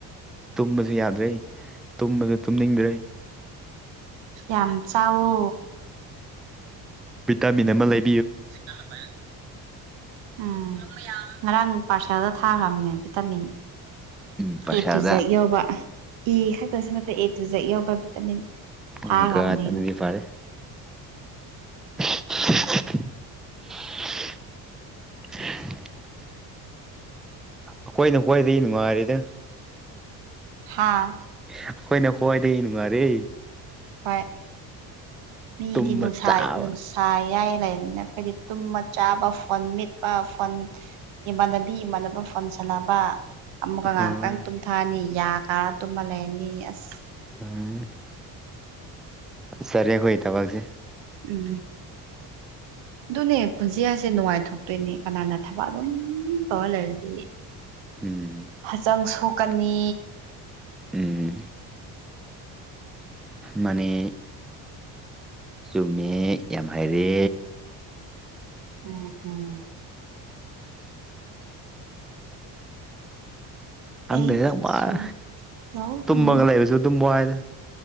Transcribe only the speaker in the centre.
ꯇꯨꯝꯕꯖꯨ ꯌꯥꯗ꯭ꯔꯦ ꯇꯨꯝꯕꯖꯨ ꯇꯨꯝꯅꯤꯡꯗ꯭ꯔꯦ
ꯚꯤꯇꯥꯃꯤꯟ ꯑꯃ ꯂꯩ
ꯎꯝ ꯄꯩꯁꯥꯗ
ꯑꯣ
ꯃꯥꯏ ꯒꯣꯠ
ꯑꯗꯨꯗꯤ ꯐꯥꯔꯦ <inaudible> ꯑꯈꯣꯏꯅ ꯈꯣꯏꯗꯤ ꯅꯨꯡꯉꯥꯏꯔꯤꯗꯥ
ꯑꯈꯣꯏꯅ ꯈ꯭ꯋꯥꯏꯗꯥꯒꯤ ꯅꯨꯡꯉꯥꯏꯔꯦ
ꯇꯨꯝꯕ
ꯆꯥꯕ
ꯍꯣꯏ
ꯎꯝ ꯆꯥꯔꯦ ꯑꯈꯣꯏꯒꯤ ꯊꯕꯛꯁꯦ
ꯎꯝ
ꯎꯝ ꯃꯥꯅꯦ ꯆꯨꯝꯃꯦ ꯌꯥꯝ ꯍꯩꯔꯦ
ꯈꯪꯗꯦꯗ
ꯋꯥꯏ
ꯇꯨꯝꯃꯒ
ꯂꯩꯕꯁꯨ ꯑꯗꯨꯝ ꯋꯥꯏꯗ